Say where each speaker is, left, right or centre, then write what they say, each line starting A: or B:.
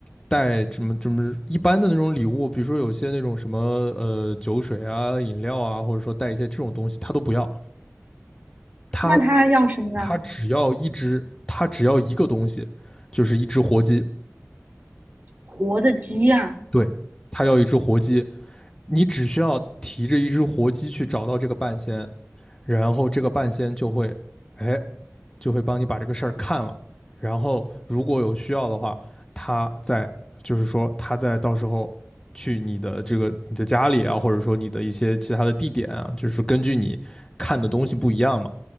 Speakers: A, on the left; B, on the right.
A: 带什么什么一般的那种礼物，比如说有些那种什么呃酒水啊、饮料啊，或者说带一些这种东西，他都不要，他
B: 那他要什么呢？
A: 他只要一只，他只要一个东西，就是一只活鸡，
B: 活的鸡呀？
A: 对，他要一只活鸡，你只需要提着一只活鸡去找到这个半仙，然后这个半仙就会哎就会帮你把这个事儿看了，然后如果有需要的话，他在就是说他在到时候去你的这个你的家里啊，或者说你的一些其他的地点啊，就是根据你看的东西不一样嘛，